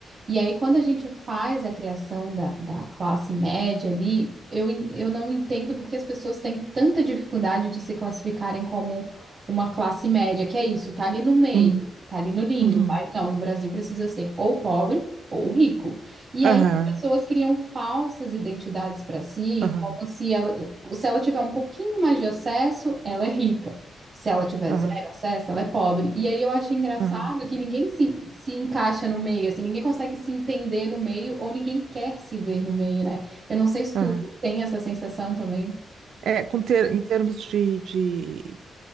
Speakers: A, on the right; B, on the right.
A: E aí, quando a gente faz a criação da, da classe média ali, eu, en- eu não entendo porque as pessoas têm tanta dificuldade de se classificarem como uma classe média, que é isso, tá ali no meio,
B: Uhum.
A: tá ali no limbo,
B: Uhum.
A: mas não, no Brasil precisa ser ou pobre ou rico. E
B: Aham.
A: aí, as pessoas criam falsas identidades para si,
B: Aham.
A: como se ela, se ela tiver um pouquinho mais de acesso, ela é rica. Se ela tiver
B: Aham.
A: zero acesso, ela é pobre. E aí eu acho engraçado
B: Aham.
A: que ninguém se, se encaixa no meio, assim, ninguém consegue se entender no meio ou ninguém quer se ver no meio, né? Eu não sei se
B: Aham.
A: tu tem essa sensação também.
B: É, com ter, em termos de, de,